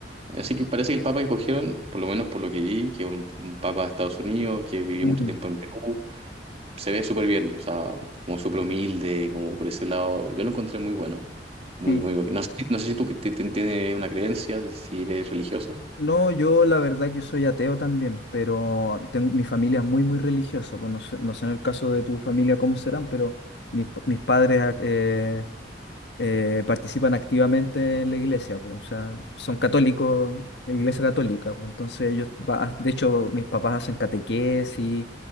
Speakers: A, on the right (about 35°); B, on the left (about 70°).
A: Así que parece que el papa que escogieron, por lo menos por lo que vi, que es un, un papa de Estados Unidos, que vivió
B: mm.
A: mucho tiempo en Perú, se ve súper bien, o sea, como súper humilde, como por ese lado, yo lo encontré muy bueno. Muy,
B: Sí.
A: muy bueno. No sé, no sé si tú que te- te- tienes una creencia, de si eres religioso.
B: No, yo la verdad que soy ateo también, pero ten- mi familia es muy, muy religiosa. pues no sé, no sé en el caso de tu familia cómo serán, pero mis, mis padres eh, eh, participan activamente en la iglesia, pues, o sea, son católicos, iglesia católica, pues, entonces ellos, va- de hecho, mis papás hacen catequesis,